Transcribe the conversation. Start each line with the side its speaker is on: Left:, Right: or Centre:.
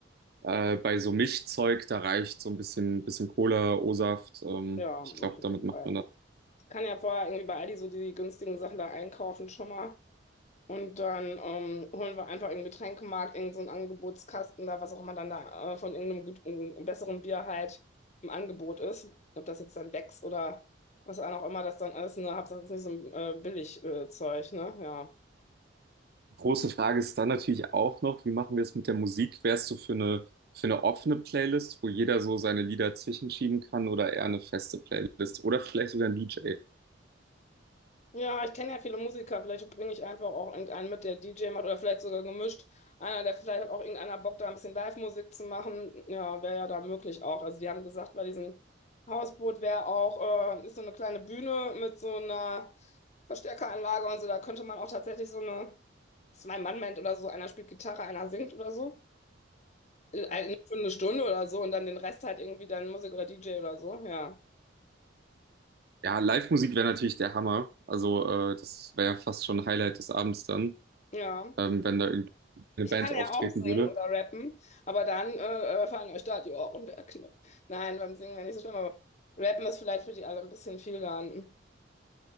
Right: äh, bei so Mischzeug, da reicht so ein bisschen, bisschen Cola, O-Saft. Ähm,
Left: Ja,
Right: ich
Left: auf
Right: glaube,
Left: jeden
Right: damit macht
Left: Fall.
Right: man das.
Left: Ich Kann ja vorher irgendwie bei Aldi so die günstigen Sachen da einkaufen schon mal. Und dann ähm, holen wir einfach im Getränkemarkt irgend so einen Angebotskasten da, was auch immer dann da äh, von irgendeinem gut, einem besseren Bier halt im Angebot ist. Ob das jetzt dann Becks oder was auch immer das dann ist, ne? Hauptsache das ist nicht so ein äh, Billig-Zeug, ne? Ja.
Right: Große Frage ist dann natürlich auch noch, wie machen wir es mit der Musik? Wärst du für eine, für eine offene Playlist, wo jeder so seine Lieder zwischenschieben kann oder eher eine feste Playlist oder vielleicht sogar ein DJ?
Left: Ja, ich kenne ja viele Musiker. Vielleicht bringe ich einfach auch irgendeinen mit, der DJ macht oder vielleicht sogar gemischt. Einer, der vielleicht hat auch irgendeiner Bock, da ein bisschen Live-Musik zu machen. Ja, wäre ja da möglich auch. Also die haben gesagt, bei diesem Hausboot wäre auch, äh, ist so eine kleine Bühne mit so einer Verstärkeranlage und so. Da könnte man auch tatsächlich so eine Zwei-Mann-Band oder so. Einer spielt Gitarre, einer singt oder so. Äh, Für eine Stunde oder so und dann den Rest halt irgendwie dann Musik oder DJ oder so. Ja.
Right: Ja, Live-Musik wäre natürlich der Hammer. Also, äh, das wäre ja fast schon ein Highlight des Abends dann,
Left: Ja.
Right: ähm, wenn da irgendwie eine
Left: Ich
Right: Band
Left: kann
Right: auftreten
Left: ja auch singen
Right: würde.
Left: oder rappen, aber dann äh, äh, fallen euch da die Ohren weg. Ne? Nein, beim Singen wäre nicht so schlimm, aber rappen ist vielleicht für die alle ein bisschen viel dann.